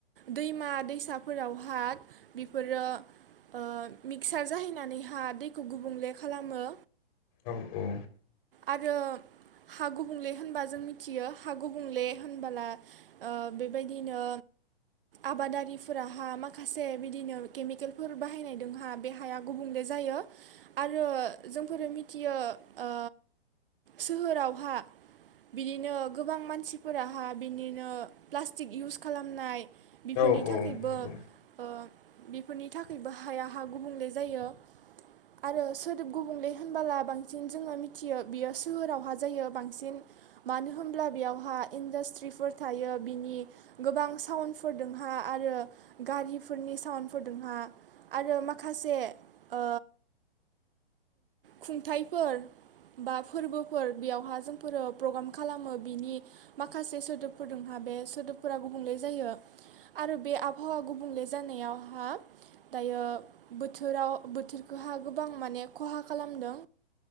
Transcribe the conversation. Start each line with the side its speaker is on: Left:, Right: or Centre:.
Right: दैमा दैसाफोराव हा बेफोरो ओ मिक्सार जाहैनानैहा दैखौ गुबुंले खालामो।
Left: औ औ
Right: आरो हा गुबुंले होनबा जों मिथियो हा गुबुंले होनबोला ओ बेबायदिनो आबादारिफोराहा माखासे बिदिनो केमिकेल फोर बाहायनायदोंहा बे हाया गुबुंले जायो आरो जोंफोरो मिथियो ओ सोहोरावहा बिदिनो गोबां मानसिफोराहा बिदिनो प्लास्टिक इउस खालामनाय बिफोरनि
Left: औ
Right: थाखायबो
Left: औ नंगौ
Right: ओ बेफोरनि नि थाखायबो हाया हा गुबुंले जायो आरो सोदोब गुबुंले होनबोला बांसिन जोङो मिथियो बियो सोहोरावहा जायो बांसिन मानो होनब्ला बेयावहा इन्डास्ट्रिफोर थायो बिनि गोबां साउन्डफोरदोंहा आरो गारिफोरनि साउन्डफोरदोंहा आरो माखासे ओ खुंथाइफोर बा फोरबोफोर बेयावहा जोंफोरो प्रग्राम खालामो बिनि माखासे सोदोबफोरजोंहा बे सोदोबफोरा गुबुंले जायो आरो बे आबहावा गुबुंले जानायावहा दायो बोथोराव बोथोरखौहा गोबां माने खहा खालामदों